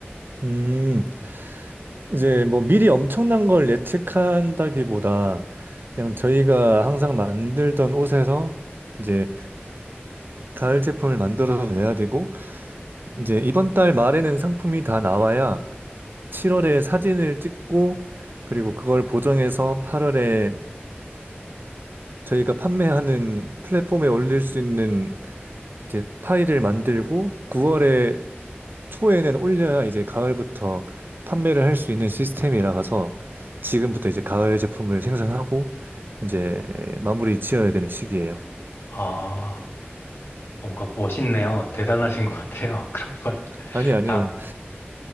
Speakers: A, on the right (about 55°); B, on the left (about 65°).
A: 음. 이제 뭐 미리 엄청난 걸 예측한다기보다 그냥 저희가 항상 만들던 옷에서 이제 가을 제품을 만들어서 내야 되고 이제 이번 달 말에는 상품이 다 나와야 7월에 사진을 찍고 그리고 그걸 보정해서 8월에 저희가 판매하는 플랫폼에 올릴 수 있는 이제 파일을 만들고 9월에 초에는 올려야 이제 가을부터 판매를 할 수 있는 시스템이라서 지금부터 이제 가을 제품을 생산하고 이제 마무리 지어야 되는 시기예요.
B: 아, 뭔가 멋있네요. 대단하신 것 같아요. <laughs> 그런 걸
A: 아니 아니요.
B: 다,